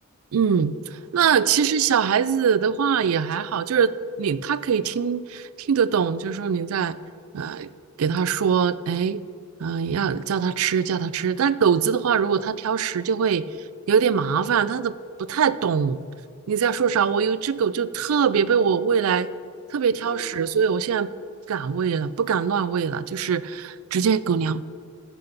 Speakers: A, on the right; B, on the left.
A: 嗯，那其实小孩子的话也还好，
B: 那个，
A: 就是你他可以听听得懂，就是说你在呃给他说，哎，嗯、要叫他吃，叫他吃。但狗子的话，如果它挑食，就会有点麻烦，他都不太懂你在说啥。我有一只狗就特别被我喂来，特别挑食，
B: 嗯，
A: 所以我现在不敢喂了，不敢乱喂了，就是直接狗粮